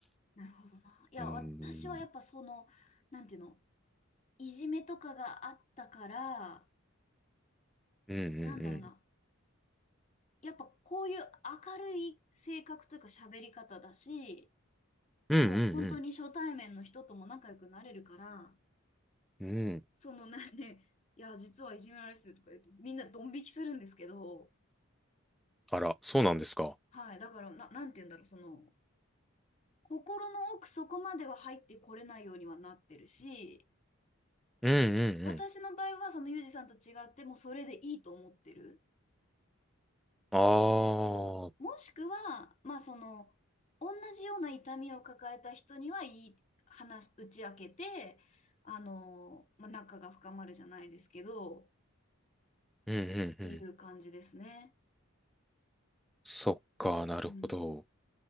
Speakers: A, on the left; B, in the centre.
A: なるほどな。いや、
B: うーん、
A: 私はやっぱその、なんていうの、いじめとかがあったから、
B: うんうんうん。
A: なんだろうな。やっぱこういう明るい性格というか喋り方だし、
B: うんうん
A: もう本当に初対面の人とも仲良くなれるから、
B: うん。うん。
A: そのなんで、<laughs> いや、実はいじめられてるとか言うと、みんなドン引きするんですけど、
B: あら、そうなんですか。
A: はい。だから、な、なんていうんだろう、その、心の奥そこまでは入ってこれないようにはなってるし、
B: うんうんうん。
A: 私の場合はそのユージさんと違ってもうそれでいいと思ってる。
B: ああ、
A: そう。
B: うん
A: もしくは、まあその、同じような痛みを抱えた人にはいい話、打ち明けて、あの、まあ、仲が深まるじゃないですけど、っ
B: うんうん。
A: ていう感じですね。
B: そっか、なるほど。
A: うん。